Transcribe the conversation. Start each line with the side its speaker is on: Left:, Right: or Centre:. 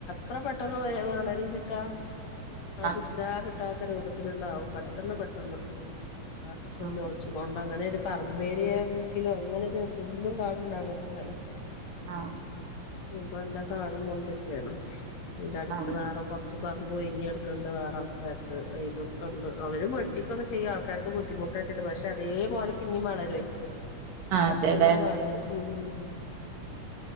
Left: എത്ര പെട്ടെന്ന് വളരും ചിട്ടാ ആ
Right: ആഹ്
Left: പുടിച്ചാ കിട്ടാ രൂപത്തിലുണ്ടാവും പെട്ടെന്ന് പെട്ടെന്ന് ആകെ പുല്ല്മൊളിച്ചു
Right: ആഹ്
Left: കൊണ്ടങ്ങനെ പറമ്പേരെങ്കിലും അങ്ങനൊരു പുല്ലും കാടുംണ്ടാണ് ഒരു സ്ഥലം
Right: ങാ
Left: അപ്പ നല്ല കാടും മൊന്ന്തെക്കേണ് ൻറ
Right: ആഹ്
Left: അടുത്ത് വേറെ കുറച്ച് പറ മൊഇഞ്ഞ് കെടുക്കുന്നുണ്ട് വേറെ ആൾക്കാർക്ക് അയല്വക്കണ്ട് അവരും വെട്ടിക്കൊക്കെ ചെയ്യും ആൾക്കാർക്ക് ബുദ്ധിമുട്ടാച്ചിട്ട് പക്ഷെ അതേപോലെ പിന്നേം വളരും
Right: ആഹ്
Left: പെട്ടെന്നാണ്
Right: അതെല്ലേ
Left: വളരും ഉം